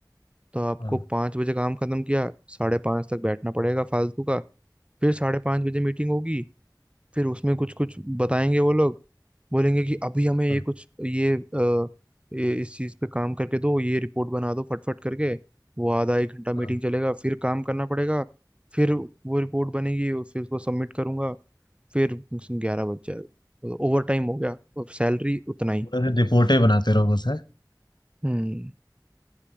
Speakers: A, on the right; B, on the left.
A: तो आपको
B: हाँ
A: पाँच बजे काम खत्म किया साढ़े पाँच तक बैठना पड़ेगा फालतू का फिर साढ़े पाँच बजे मीटिंग होगी फिर उसमें कुछ कुछ बताएंगे वो लोग बोलेंगे कि अभी हमें ये
B: हाँ
A: कुछ ये, अ, ये इस चीज पे काम करके दो ये रिपोर्ट बना दो फटफट करके वो आधा एक घंटा मीटिंग
B: हाँ
A: चलेगा फिर काम करना पड़ेगा फिर वो रिपोर्ट बनेगी और फिर उसको सबमिट करूंगा फिर ग्यारह बज जाएगा ओवर टाइम हो गया और सैलरी उतना ही
B: पूरा दिन रिपोर्टें बनाते रहो बस है
A: हम्म